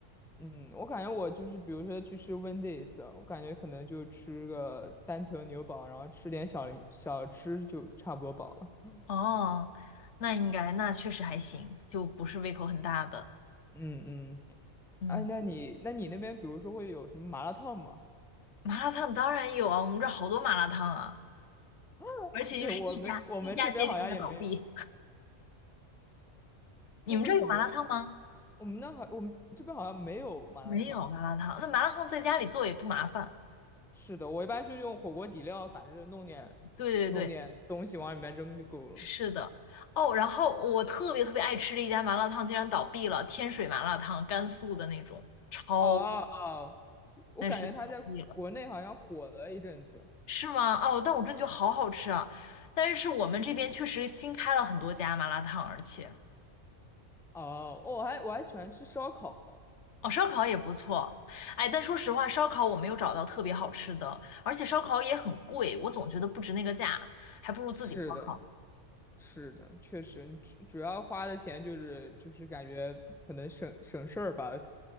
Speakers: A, in the centre; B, on the left.
A: 嗯，我感觉我就是，比如说去吃 Wendy's，啊我感觉可能就吃个单层牛堡，然后吃点小零小吃就差不多饱了。
B: 哦。那应该那确实还行，就不是胃口很大的，
A: 嗯嗯
B: 嗯。
A: 哎，那你那你那边比如说会有什么麻辣烫吗？
B: 麻辣烫当然有啊，我们这儿好多麻辣烫啊。
A: <laughs>
B: 而且就是一家一家接着一家倒闭。
A: 对，我们我们这边好像也没有。
B: 你们这儿有麻辣烫吗？
A: 那为什么我们那好我们这边好像没有麻辣烫？
B: 没有麻辣烫，那麻辣烫在家里做也不麻烦。
A: 是的，我一般就用火锅底料，反正弄点弄点东西往里面扔就够了。
B: 对对对，是的。哦，然后我特别特别爱吃的一家麻辣烫竟然倒闭了，天水麻辣烫，甘肃的那种，超，
A: 哦哦，我感觉它在国内好像火了一阵子。
B: 但是倒闭了，是吗？哦，但我真觉得好好吃啊。但是我们这边确实新开了很多家麻辣烫，而且。
A: 哦，我还我还喜欢吃烧烤。
B: 哦，烧烤也不错，哎，但说实话，烧烤我没有找到特别好吃的，而且烧烤也很贵，我总觉得不值那个价，还不如自己烧烤。
A: 是的，是的，确实，主主要花的钱就是就是感觉可能省省事儿吧。